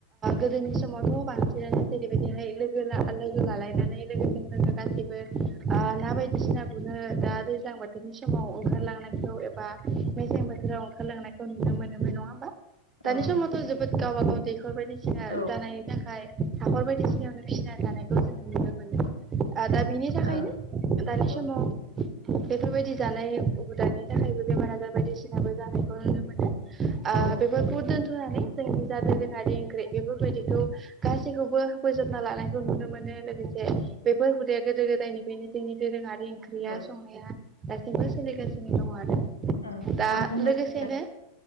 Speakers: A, on the right (about 25°); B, on the left (about 80°).
A: गोदोनि समावथ' बांसिननानै जेरैबायदिहाय लोगो ला लोगो लालायनानै लोगोजों लोगो गासैबो ओ ना बायदिसिना गुरनो दा दैज्लां बोथोरनि समाव ओंखारलांनायखौ बा मेसें बोथोराव ओंखारलांनायखौ नुनो मोनोमोन नङा होमबा? दानि
B: औ नंगौ
A: समावथ
B: नोंथां
A: जोबोद गाबागाव दैखर बायदिसिना
B: औ
A: जानायनि थाखाय हाखर बायदिसिनायावनो फिसिना जानायखौ जों नुनो मोनो। आ दा बिनि थाखायनो
B: औ
A: दानि समाव
B: औ
A: बेफोरबायदि जानाय हुदानि थाखायबो बेमार आजार बायदिसिनाबो जानायखौ नुनो मोनो। ओ
B: औ
A: बेफोरखौ दोन्थनानै जोंनि जा दोरोङारि ओंख्रि बेफोरबायदिखौ गासैखौबो बोजोनना लानायखौ नुनो मोनो लोगोसे बेफोर हुदाया गोदो गोदायनिफायनो जोंनि दोरोङारि ओंख्रिया
B: औ
A: संनाया दासिमबो सोलिगासिनो दङ आरो
B: औ
A: दा
B: आं बुंनो
A: लोगोसेनो
B: सानो